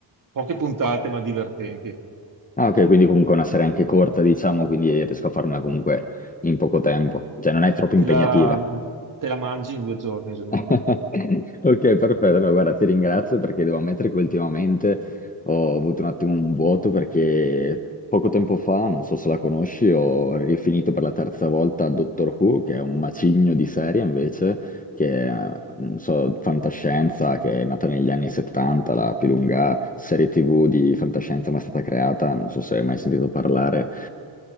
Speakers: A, on the right; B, on the left.
A: poche puntate ma divertenti.
B: Ah, ok, quindi comunque è una serie anche corta, diciamo, quindi riesco a farmela comunque in poco tempo. Cioè, non è troppo impegnativa.
A: Te la, te la mangi in due giorni, secondo
B: <laughs> Ok,
A: me.
B: perfetto. No, guarda, ti ringrazio perché devo ammettere che ultimamente ho avuto un attimo un vuoto perché poco tempo fa, non so se la conosci, ho rifinito per la terza volta Doctor Who, che è un macigno di serie invece, che eh, non so, fantascienza, che è nata negli anni 70, la più lunga serie TV di fantascienza mai stata creata, non so se hai mai sentito parlare